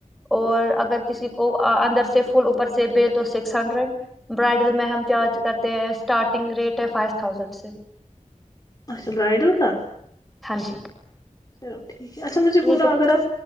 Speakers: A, in the centre; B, on the left.
A: اور اگر کسی کو اندر سے فل اوپر سے بل تو سکس ہنڈریڈ برائڈل میں ہم چارج کرتے ہیں اسٹارٹنگ ریٹ ہے فائیو تھاؤزینڈ سے
B: اچھا برائڈل کا
A: ہاں جی
B: چلو ٹھیک اچھا مجھے بولونا
A: یہ
B: اگر آپ